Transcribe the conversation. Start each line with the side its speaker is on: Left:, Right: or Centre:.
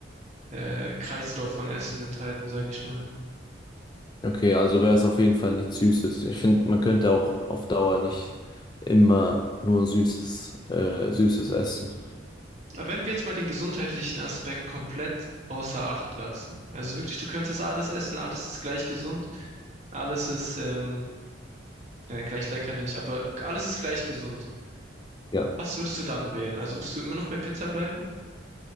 Right: äh, Kreislauf von Essen enthalten, sag ich mal.
Left: Okay, also wäre es auf jeden Fall nichts Süßes. Ich finde, man könnte auch auf Dauer nicht immer nur Süßes, äh, Süßes essen.
Right: Aber wenn wir jetzt mal den gesundheitlichen Aspekt komplett außer Acht lassen, also wirklich, du könntest alles essen, alles ist gleich gesund, alles ist ähm, ja, gleich lecker nicht, aber alles ist gleich gesund.
Left: Ja.
Right: Was würdest du dann wählen? Also würdest du immer noch bei Pizza bleiben?